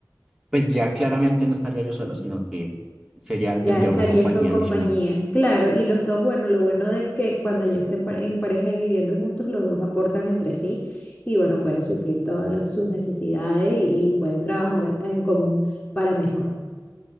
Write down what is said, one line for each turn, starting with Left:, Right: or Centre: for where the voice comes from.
Centre: pues ya claramente no estaría yo solo, sino que sería,
Left: Ya
Centre: tendría
Left: estarías
Centre: una compañía
Left: con compañía.
Centre: adicional.
Left: Claro, y los dos, bueno, lo bueno de que cuando ya estén pa- en pareja y viviendo juntos, los dos aportan entre sí y bueno, pueden suplir todas las- sus necesidades y, y pueden trabajar en común para mejor.